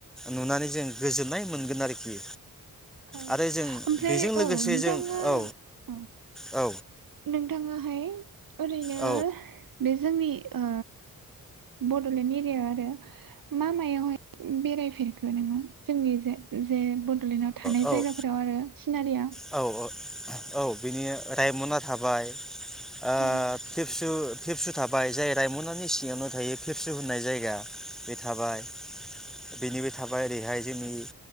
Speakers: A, in the centre; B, on the right.
A: नुनानै जों गोजोन्नाय मोनगोन आरोखि।
B: औ
A: आरो जों
B: ओमफ्राय
A: बेजों लोगोसे
B: औ नोंथाङा
A: जों औ
B: औ
A: औ
B: नोंथाङाहाय। ओरैनो
A: औ
B: बे जोंनि ओ बड'लेण्ड एरियायाव आरो। मा मायावहाय बेरायफेरखो? नोङो जोंनि <unintelligible> जे बड'लेण्डआ
A: औ
B: जायगाफोराव आरो सिनारिया।
A: औ औ बिनि रायमना थाबाय। ओ
B: औ
A: फिसु पेबसु थाबाय जाय रायमनानि सिङावनो थायो पेबसु होननाय जायगा। बे थाबाय बेनिबो थाबाय ओरैहाय जोंनि